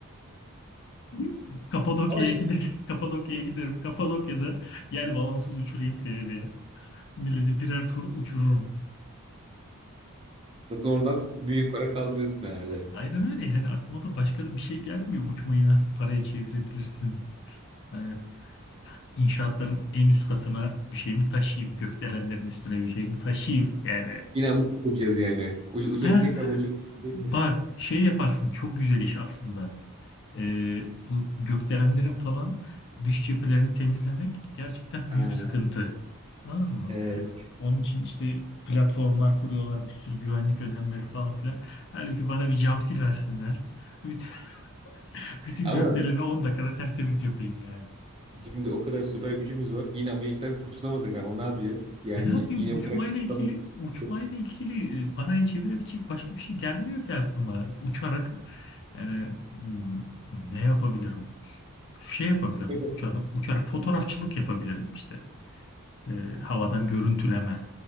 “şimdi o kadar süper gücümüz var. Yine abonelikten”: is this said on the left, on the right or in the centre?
Right